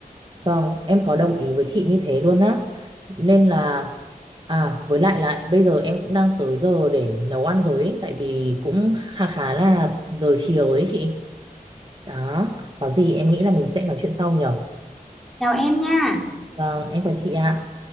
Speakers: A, on the right; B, in the centre.
A: Vâng, em có đồng ý với chị như thế luôn á. Nên là à với lại lại bây giờ em cũng đang tới giờ để nấu ăn rồi ấy, tại vì cũng khá khá là giờ chiều đấy chị. Đó, có gì em nghĩ là mình sẽ nói chuyện sau nhở.
B: chào em nha
A: Vâng, em chào chị ạ.